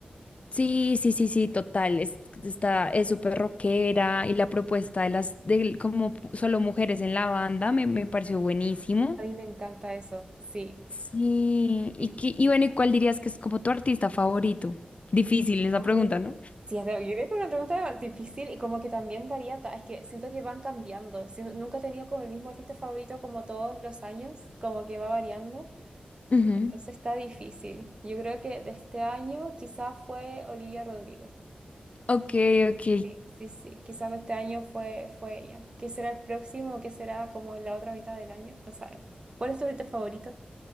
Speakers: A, on the left; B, on the right.
A: Sí, sí, sí, sí, total. Es, está, es súper rockera y la propuesta de las, de como pu- solo mujeres en la banda me, me pareció buenísimo.
B: A mí me encanta eso, sí.
A: Sí, y,
B: Sí,
A: qué- y bueno, ¿y cuál dirías que es como tu artista favorito? Difícil esa
B: Oh.
A: pregunta, ¿no?
B: Sí, es de- yo creo que es una pregunta más difícil y como que también varía, ta- es que siento que van cambiando. Siento- nunca he tenido como el mismo artista favorito como todos los años, como que va variando.
A: Ujú.
B: Entonces está difícil. Yo creo que de este año quizás fue Olivia Rodrigo.
A: Ok, ok.
B: Sí, sí, sí. Quizás de este año fue, fue ella. ¿Qué será el próximo? ¿Qué será como en la otra mitad del año? No sabemos. ¿Cuál es tu ahorita favorito?